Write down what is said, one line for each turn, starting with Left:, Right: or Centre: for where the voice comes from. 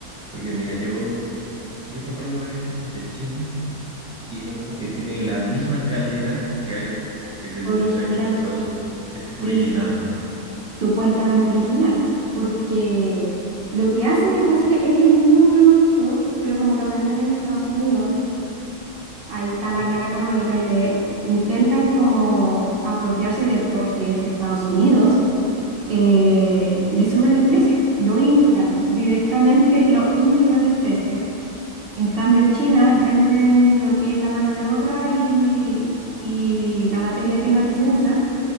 Centre: porque mira, yo, yo he comprado varias cosas de China y he notado que tienen la misma calidad que algo que según
Right: Original,
Centre: está hecho en Estados Unidos, es original,
Right: sí.
Centre: ¿no?
Right: supuestamente original, porque lo que hacen es básica, es el mismo producto, pero como lo venden en Estados Unidos, ahí está la
Centre: Solo-
Right: guerra económica y le intentan como apropiarse de porque es Estados Unidos, eh, le suben el precio, lo inflan, directamente lo inflan el precio. En cambio, en China venden lo que es la mano de obra y, y la materia prima que se usa